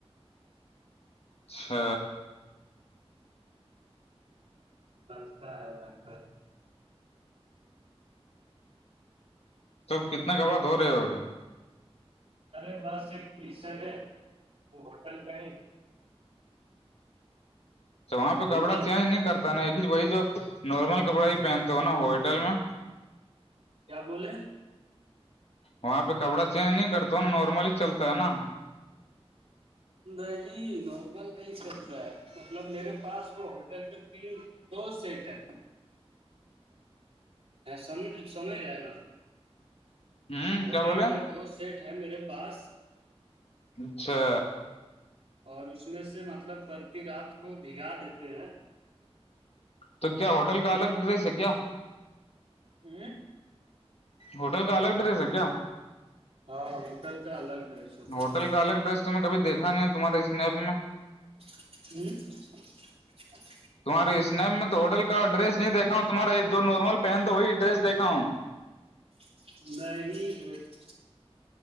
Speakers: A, on the left; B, on the right.
A: چھ
B: سر کرا ہے ب
A: توب کتنا کپڑا دھ رہے ہو ابھی
B: ارے بس ایک ٹی شرٹ ہے وہ ہوٹل کائی
A: تو وہاں
B: سمجھے
A: پہ کپڑا چینج نہیں کرتا نا ایک ہی وہی جو نارمل کپڑا ہی پہنتے ہو نا ہوٹل میں
B: کیا بولے
A: وہاں پہ کپڑا چینج نہیں کرتا نا نارملی ہی چلتا ہے نا
B: نہیں نارمل نہیں چلتا ہے مطلب میرے پاس وہ ہوٹل ت دو سیٹ ہے سم سمج رہے نا
A: ہوں
B: ہوٹل
A: کیا بولے
B: کا دوست سیٹ ہے میرے پاس
A: اچھا
B: اور اس میں سے مطلب پرتی رات کو بھگا دیتے ہیں
A: تو کیا ہوٹل کا الگ
B: ایک
A: ڈریس ہے کیا
B: <unintelligible>
A: ہوٹل کا الگ ڈریس ہے کیا
B: ہاں انکل کا الگ ڈریس ہوتا
A: ہوٹل
B: ہے
A: کا الگ ڈریس تویں کبھی دیکھا نہیں تمہارے اسنیپ میں
B: ہوں
A: تمہاراری اسنم میں تو ہوٹل کا ڈڈریس نہیں دیکھا ہوں تمہارا جو نارمل پہن تو وہی ڈریس دیکھا ہوں
B: نہیں